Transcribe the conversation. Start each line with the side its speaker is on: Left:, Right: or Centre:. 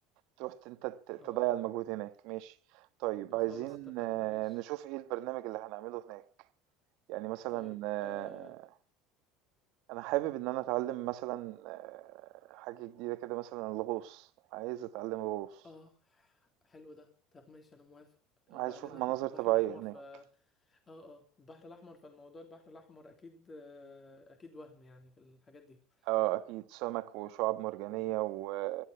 Right: تروح ت أنت ت تضيّع
Left: اه
Right: المجهود هناك، ماشي، طيب
Left: إيه،
Right: عايزين
Left: خلاص اتفقنا
Right: آه،
Left: ماشي
Right: نشوف إيه البرنامج اللي هنعمله هناك، يعني مثلًا
Left: طيب
Right: آه،
Left: اه,
Right: انا حابب ان انا اتعلم مثلا آه، حاجة جديدة كده مثلا الغوص عايز اتعلم الغوص
Left: آه. حلو ده طب ماشي انا موافق
Right: عايز
Left: وبعدين
Right: اشوف مناظر
Left: احنا في البحر
Right: طبيعية
Left: الاحمر
Right: هناك
Left: ف اه اه البحر الاحمر فالموضوع البحر الاحمر اكيد آه، اكيد وهم يعني في الحاجات دي
Right: اه اكيد سمك وشعاب مرجانية و...